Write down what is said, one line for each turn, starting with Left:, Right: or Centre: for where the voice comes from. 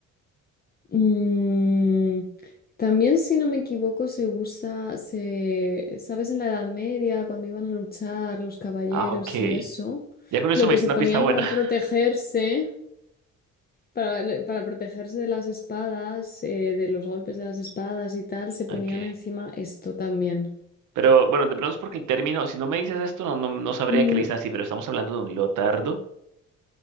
Left: Mm, también, si no me equivoco, se usa, se, ¿sabes? En la Edad Media, cuando iban a luchar los caballeros
Right: Ah, ok.
Left: y eso,
Right: Ya con eso
Left: lo
Right: me
Left: que
Right: hice
Left: se
Right: una
Left: ponían
Right: pista buena.
Left: para
Right: <laughs>
Left: protegerse. Para, le- para protegerse de las espadas, eh, de los golpes de las espadas y tal, se ponían
Right: Ok.
Left: encima esto también.
Right: Pero bueno, de pronto es porque el término, si no me dices esto, no, no, no sabría
Left: Mm,
Right: que le dicen así, pero estamos hablando de un leotardo.